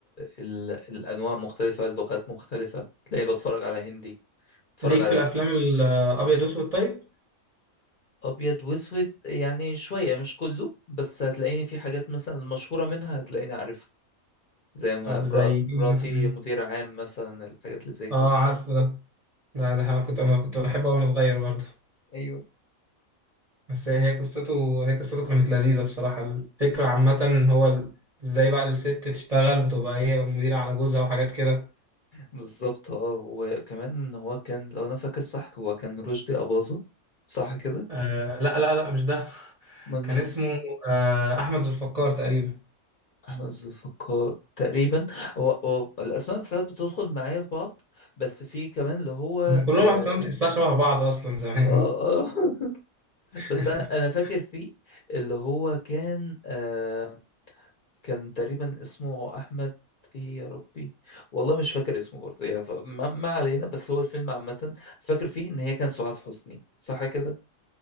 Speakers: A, on the left (about 50°); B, on the right (about 40°).
A: ال الأنواع مختلفة اللغات مختلفة تلاقيني بتفرج على هندي بتفرج
B: ليك
A: على
B: في الافلام الابيض واسود طيب
A: ابيض واسود يعني شويه مش كله بس هتلاقيني في حاجات مثلا المشهوره منها هتلاقيني عارفها زي ما
B: طب
A: مرا-
B: زي ايه
A: مراتي
B: مثلا
A: مدير عام مثلا الحاجات اللي زي
B: اه
A: كده
B: عارفه ده ده ده انا كنت انا كنت بحبه وانا صغير برضه
A: ايوه
B: بس هي هي قصته هي قصته كانت لذيذه بصراحه الفكره عامه هو ال- ازاي بقى الست تشتغل وتبقى هي مديره على جوزها وحاجات كده
A: بالظبط اه وكمان ان هو كان لو انا فاكر صح هو كان رشدي اباظه صح كده
B: آه لا لا لا مش ده <laughs>
A: امال
B: كان
A: مين
B: اسمه آه احمد ذو الفقار تقريبا
A: احمد ذو الفقار تقريبا هو, هو الاسماء ساعات بتدخل معايا في بعض بس في كمان اللي هو
B: هم كلهم
A: اه
B: اصلا تحسها
A: ز-
B: شبه بعض اصلا زمان
A: اه آه. <laughs>
B: <laughs>
A: بس انا انا فاكر فيه اللي هو كان آه كان تقريبا اسمه احمد ايه يا ربي والله مش فاكر اسمه برضه يعني ف- ما ما علينا بس هو الفيلم عامة فاكر فيه ان هي كان سعاد حسني صح كده